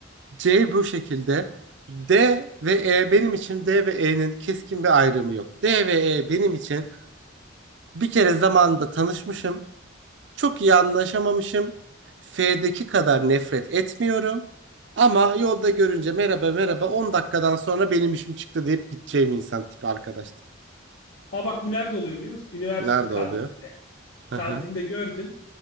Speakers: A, on the right; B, on the left.
A: C bu şekilde. D ve E benim için D ve E'nin keskin bir ayrımı yok. D ve E benim için Bir kere zamanında tanışmışım. Çok iyi anlaşamamışım. F'deki kadar nefret etmiyorum. Ama yolda görünce merhaba merhaba 10 dakikadan sonra benim işim çıktı deyip gideceğim insan tipi arkadaştım.
B: Aa bak bu nerede oluyor biliyor musun? Üniversitede
A: Nerede
B: kantinde.
A: oluyor? Hı
B: Kantinde
A: hı
B: gördün.